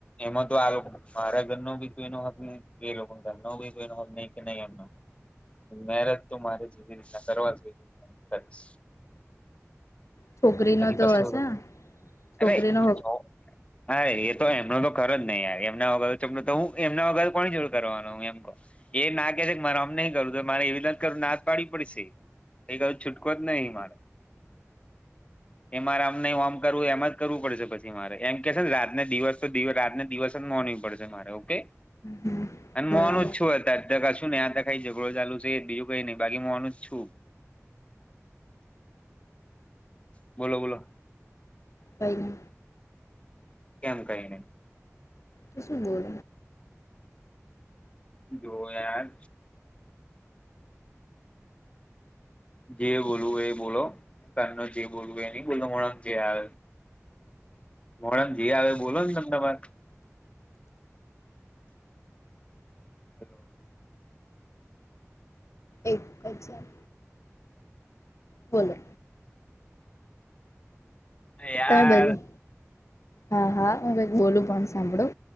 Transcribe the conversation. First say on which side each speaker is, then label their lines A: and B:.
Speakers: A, on the left; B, on the left.
A: એમાં તો આ મારા ઘર ન બી કોઈનો હક નહી એ લોકો કોઈહી કે નઈ અ મહેનત તો મારે જેવી રીતના કરવા જોઈએ ર કરી
B: છોકરીનો તો
A: કશું
B: હશે છોકરીનો
A: અરે જો હા એ તો એમનો તો ખર જ નહી એમ તો હું એમના વગર કો જોડું કરવાનો હું એમ એ ના કે છે કે મારે અમ નોઈ કરું, ત મારે એવી રીતે જ કરું ના જ પાડવી પડશે. એ ક છૂટકો જ નઈ મારે. એ મારે આમ નઈ ઓમ કરવું એમ જ કરવું પડેશે પછી. મારે એમ કે સે ને રાતને દિવસ તો દિ રાતને દિવસ જ મોનવી પડશે મારે, ઓકે.
B: હમ
A: અને
B: બરાબર
A: મોનું જ છું. અત્યારે ત કશું ને આ ત કઈ ઝઘડો ચાલુ છે, બીજું કઈ નઈ બાકી મોનું જ છું. બોલો બોલો.
B: કઈને.
A: કેમ કઈ નઈ.
B: તો શું બોલ?
A: જો યાર. જે બોલવું એ બોલો તાન જે બોલવું એ ની બોલ અમણા જે આ મોડમ જે આવે એ બોલો ને તમ તમારે. હલો
B: એક અજાર. બોલો.
A: યાર
B: તમે બધાય. હા, હા હું બોલું પન સાંભળો.